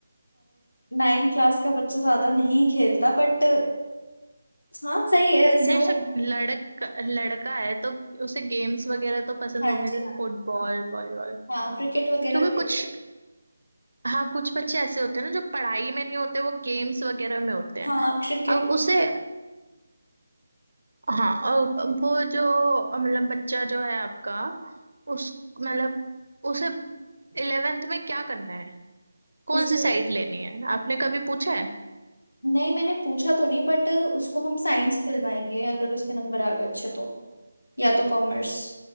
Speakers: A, on the left (about 80°); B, on the right (about 75°).
A: नाइन्थ क्लास का बच्चा ज्यादा नहीं खेलता बट हाँ सही है वैसे
B: नहीं
A: वो
B: सिर्फ लड़का लड़का है तो उसे गेम्स वगैरह तो पसंद
A: हाँ
B: होंगे
A: जी
B: जैसे
A: हाँ
B: फुटबॉल
A: हाँ
B: वॉलीबॉल
A: हाँ क्रिकेट वगैरह
B: क्योंकि
A: खेलता
B: कुछ हाँ कुछ बच्चे ऐसे होते हैं ना जो पढ़ाई में नहीं होते वो गेम्स वगैरह में होते हैं
A: है। हाँ क्रिकेट
B: अब उसे हाँ और वो जो मतलब बच्चा जो है आपका उस मतलब उसे इलेवेंथ में क्या करना है कौन
A: उसको
B: सी साइट लेनी है आपने कभी पूछा है
A: नहीं मैंने पूछा तो नहीं बट उसको हम साइंस दिलवाएंगे अगर उसके नंबर आ गए अच्छे तो या तो कॉमर्स